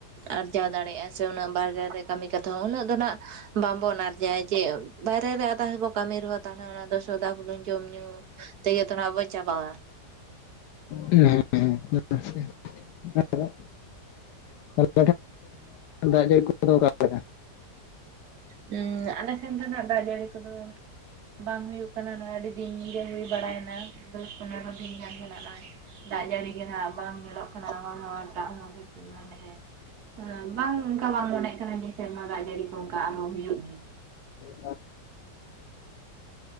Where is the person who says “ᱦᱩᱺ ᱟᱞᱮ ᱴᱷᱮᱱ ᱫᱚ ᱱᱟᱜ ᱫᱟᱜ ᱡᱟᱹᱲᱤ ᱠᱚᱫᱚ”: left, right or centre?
Right